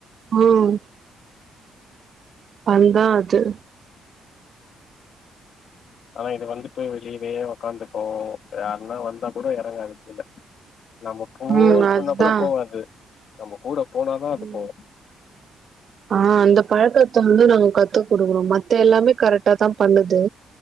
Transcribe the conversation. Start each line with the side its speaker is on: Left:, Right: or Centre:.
Right: ஹாம் வந்தா அது
Left: ஆனா இது வந்து போய் வெளில போயே ஒக்காந்துக்கோ யாருன்னா வந்தா கூட எறங்காது கீல நம்ப போன்னு
Right: ம் அதுதா
Left: சொன்னா கூட போவாது நம்ம கூட போனாதா அது
Right: ம்
Left: போவோ
Right: ஆ அந்த பழக்கத்த வந்து நாங்க கத்து குடுக்குறோ மத்த எல்லாமே கரெக்டா தா பண்ணுது